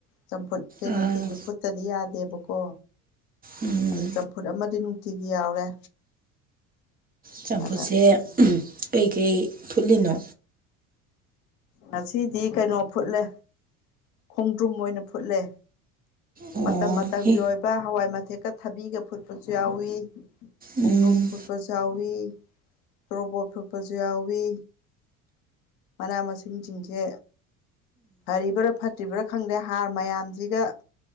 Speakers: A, on the left; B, on the right.
A: ꯆꯝꯐꯨꯠꯁꯦ
B: ꯑꯥ
A: ꯅꯨꯡꯇꯤꯒꯤ ꯐꯨꯠꯇꯗꯤ ꯌꯥꯗꯦꯕꯣ ꯀꯣ
B: ꯎꯝ
A: ꯑꯗꯨ ꯆꯝꯐꯨꯠ ꯑꯃꯗꯤ ꯅꯨꯡꯇꯤꯒꯤ ꯌꯥꯎꯔꯦ
B: ꯆꯝꯐꯨꯠꯁꯦ
A: ꯑꯗ
B: ꯀꯩꯀꯩ ꯐꯨꯠꯂꯤꯅꯣ
A: ꯉꯁꯤꯗꯤ ꯀꯩꯅꯣ ꯐꯨꯠꯂꯦ ꯈꯣꯡꯗ꯭ꯔꯨꯝ ꯑꯣꯏꯅ ꯐꯨꯠꯂꯦ
B: ꯑꯣ
A: ꯃꯇꯝ ꯃꯇꯝꯒꯤ
B: ꯍꯤ
A: ꯑꯣꯏꯕ ꯍꯋꯥꯏ ꯃꯊꯦꯛꯀ ꯊꯕꯤꯒ ꯐꯨꯠꯄꯁꯨ ꯌꯥꯎꯏꯤ ꯈꯣꯡꯗ꯭ꯔꯨꯝ
B: ꯎꯝ
A: ꯐꯨꯠꯄ ꯆꯥꯎꯏꯤ ꯇꯣꯔꯣꯕꯣꯠ ꯊꯨꯠꯄꯁꯨ ꯌꯥꯎꯋꯤ ꯃꯅꯥ ꯃꯁꯤꯡꯁꯤꯡꯁꯦ ꯐꯔꯤꯕ꯭ꯔꯥ ꯐꯠꯇ꯭ꯔꯤꯕ꯭ꯔꯥ ꯈꯪꯗꯦ ꯍꯥꯔ ꯃꯌꯥꯝꯁꯤꯒ